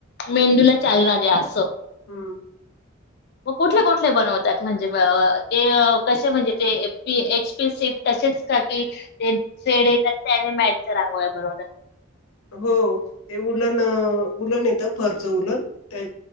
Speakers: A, on the left; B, on the left.
A: मेंदूला चालणा द्या असं.
B: हम्म
A: म कुठले कुठले बनवत्यात म्हणजे म अ ते अ कसे म्हणजे ते एप पी एच पी सेट तसेच का ती ते सेड येतात त्याने मॅटच्या रांगोळ्या बनवतात.
B: हो, ते उलणं उलण येथं फर् उलण त्या